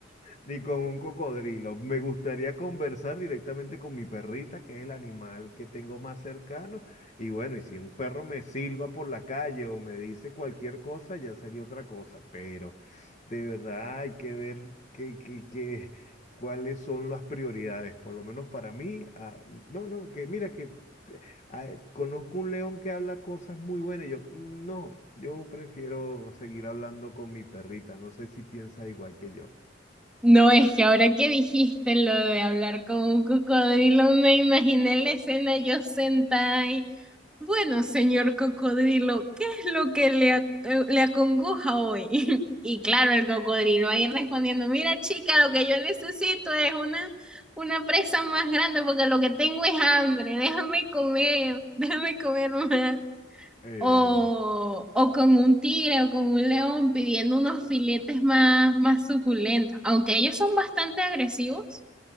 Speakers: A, on the left (about 40°); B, in the centre.
A: ni con un cocodrilo. Me gustaría conversar directamente con mi perrita, que es el animal que tengo más cercano. Y bueno, y si un perro me silba por la calle o me dice cualquier cosa, ya sería otra cosa. Pero de verdad hay que ver qué, qué, qué- cuáles son las prioridades. Por lo menos para mí, ah, no, no, que mira que te- ah, conozco un león que habla cosas muy buenas. Y yo, "Mm, no, yo prefiero seguir hablando con mi perrita. No sé si piensa igual que yo.
B: No, es que ahora que dijiste lo de hablar con un cocodrilo, me imaginé la escena yo sentada ahí. Bueno, señor cocodrilo, ¿qué es lo que le, a- eh, le acongoja hoy? <laughs> Y claro, el cocodrilo ahí respondiendo, mira chica, lo que yo necesito es una, una presa más grande porque lo que tengo es hambre, déjame comer, <laughs> déjame comer más
A: Eh,
B: o, o con un tigre o con un león pidiendo unos filetes más, más suculentos, aunque ellos son bastante agresivos,